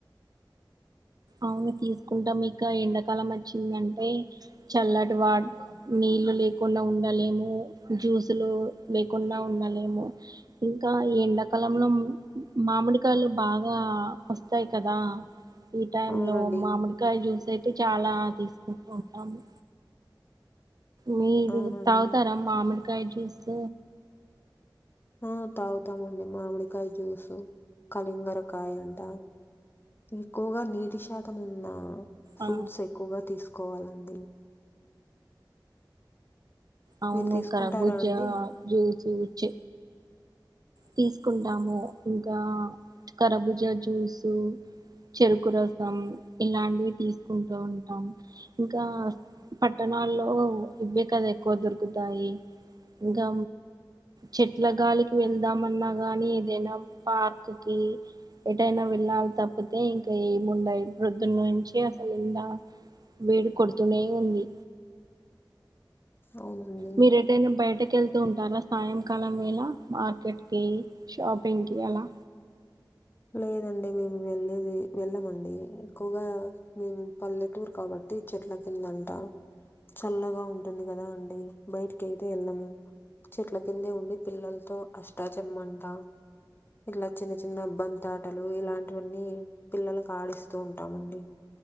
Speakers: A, on the right; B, on the left.
A: అవును తీసుకుంటాం ఇకా ఎండాకాలం వచ్చిందంటే చల్లటి వా నిల్ లేకుండా ఉండలేము జ్యూస్ లు లేకుండా ఉండలేము ఇంకా ఎ ఎండాకాలంలో మామిడికాయలు బాగా వస్తాయి కదా ఈ టైం
B: అవునండి.
A: లో మామిడికాయ జ్యూస్ అయితే చాలా తీసుకుంటూ ఉంటాము మీరు
B: అవునండి.
A: తాగుతారా మామిడికాయ జ్యూస్
B: ఆ తాగుతామండి మామిడికాయ జ్యూసు కలింగర కాయంట ఎక్కువగా నీటి శాతం ఉన్నా ఫ్రూట్స్
A: ఆ
B: ఎక్కువగా తీసుకోవాలండి
A: అవును
B: మీరు తీసుకుంటారా
A: కరాబుజ్జ
B: అండి?
A: జూస్ చ్చ తీసుకుంటాము ఇంకా కరభుజా జ్యూసు చెరుకు రసం ఇలాంటివి తీసుకుంటూ ఉంటాం ఇంకా పట్టణాల్లో ఇవే కదా ఎక్కువ దొరుకుతాయి ఇంకా చెట్ల గాలికి వెళ్దాం ఏమన్నా కని ఏదైనా పార్క్ కి ఎటైనా వెళ్ళాలి తప్పితే ఇంకా ఎం ముం యి పోద్దు నుంచి అసలు ఎండ వేడి కొడుతూనే ఉంది
B: అవునండి.
A: మీరేటైన బయటకేళ్ తుంటారా సాయంకాలం వేళ మార్కెట్కి షాపింగ్కి అలా
B: లేదండి మేము వెళ్ళేది వెళ్ళమండి ఎక్కువగా మేము పల్లెటూర్ కాబట్ ట్టి చెట్ల కిందుంట చల్లగా ఉంటుంది కదా అండి బయటికి అయితే వెళ్ళము చెట్ల కింద ఉండి పిల్లలతో అష్టా చెమ్మంటా ఇలా చిన్న చిన్న బం తాటలు ఇలాంటివన్నీ పిల్లలకు ఆడిస్తూ ఉంటామండి